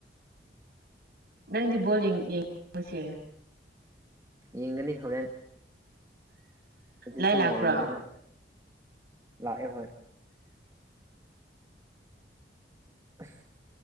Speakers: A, on the right; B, on the right.
A: ꯅꯪꯗꯤ ꯕꯣꯜ ꯌꯦꯡ ꯌꯦꯡ ꯉꯁꯤ
B: ꯌꯦꯡꯒꯅꯤ ꯍꯣꯔꯦꯟ ꯍꯧꯖꯤꯛꯇꯤ
A: ꯂꯥꯏ ꯂꯥꯛꯄ꯭ꯔꯣ ꯂꯥꯏꯠ ꯂꯥꯛꯄ꯭ꯔꯥ?
B: ꯉꯜꯂꯤꯗꯅ ꯂꯥꯛꯑꯦ ꯍꯣꯏ ꯑꯁ